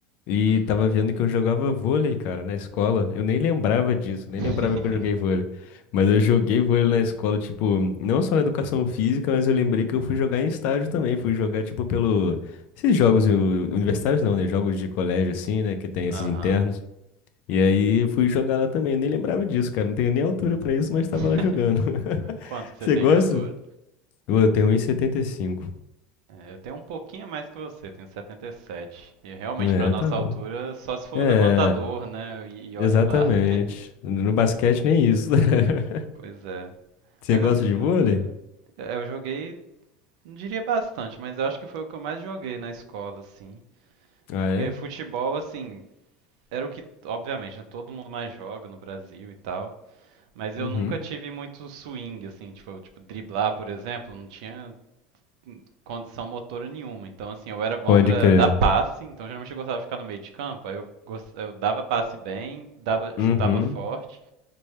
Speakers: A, on the left; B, on the right.
A: e
B: Uhum.
A: tava vendo que eu jogava vôlei, cara, na escola. Eu nem lembrava disso, nem
B: <laughs>
A: lembrava que eu joguei vôlei. Mas eu joguei vôlei na escola, tipo, não só na educação física, mas eu lembrei que eu fui jogar em estádio também. Fui jogar, tipo, pelo. Esses jogos eh, universitários não, né? Jogos de colégio, assim, né? Que tem esses
B: Aham.
A: internos. E aí eu fui jogar lá também. Eu nem lembrava disso, cara. Não tenho nem altura pra isso, mas tava
B: <laughs>
A: lá jogando. <laughs>
B: Quanto que você
A: Você
B: tem
A: gosta?
B: de altura?
A: Pô, Eu tenho um e setenta e cinco
B: É, eu tenho um pouquinho a mais que você, tenho 77. E sete. E realmente,
A: É,
B: para nossa
A: tá bom.
B: altura, só se for
A: É,
B: levantador, né? E, e
A: exatamente.
B: olhe lá. <laughs>
A: No basquete nem isso. <laughs>
B: Pois é.
A: Você
B: Mas
A: gosta
B: assim,
A: de
B: no-
A: vôlei?
B: é, eu joguei, não diria bastante, mas eu acho que foi o que eu mais joguei na escola, assim.
A: Ah,
B: Porque
A: é?
B: futebol, assim, era o que, obviamente, né, todo mundo mais joga no Brasil e tal. Mas
A: Uhum.
B: eu nunca tive muito swing, assim, tipo, eu, tipo, driblar, por exemplo, não tinha condição motora nenhuma. Então, assim, eu era bom
A: Pode
B: pra
A: crer.
B: dar passe, então geralmente eu gostava de ficar no meio de campo, aí eu, gos- eu dava passe bem, dava,
A: Uhum.
B: chutava forte,